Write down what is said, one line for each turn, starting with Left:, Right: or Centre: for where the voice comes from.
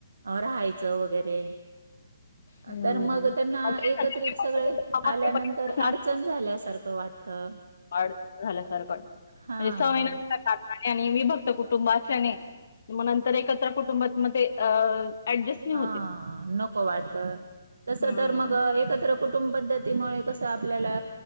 Right: राहायचं वगैरे
Left: हं.
Right: तर मग त्यांना
Left: मग ते
Right: एकत्रित सगळे
Left: समन्वयपणे
Right: आल्यानंतर
Left: असं
Right: अडचण झाल्यासार ख वाटतं.
Left: अडचण झाल्यासारखं वाटतं
Right: हां,
Left: म्हणजे <unintelligible> आणि विभक्त कुटुंबात असल्याने मग नंतर एकत्र कुटुंबात मग ते अ ॲडजस्ट नाही
Right: हां
Left: होते.
Right: नको वाटतं तस
Left: हं,
Right: तर मग एकत्र कुटुंब पद्धतीमुळे कसं आपल्याला